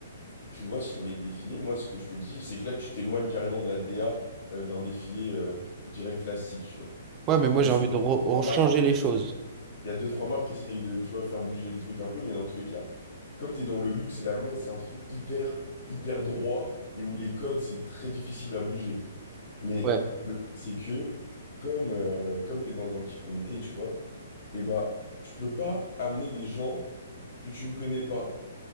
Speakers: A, on the left (about 55°); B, on the right (about 25°).
A: tu vois, sur les défilés, moi, ce que je te dis, c'est que là, tu t'éloignes carrément de la DA euh, d'un défilé, euh, je dirais, classique, tu vois.
B: Ouais, mais moi
A: Même
B: j'ai
A: si
B: envie de re-
A: trois marques,
B: changer les choses.
A: il y a deux, trois marques qui essayent de, tu vois, faire bouger le truc un peu, mais dans tous les cas, comme t'es dans le luxe et la mode, c'est un truc hyper, hyper droit et où les codes, c'est très difficile à bouger. Mais
B: Ouais,
A: le truc, c'est que comme, euh, comme t'es dans un petit comité, tu vois, et bah, tu peux pas amener des gens que tu ne connais pas,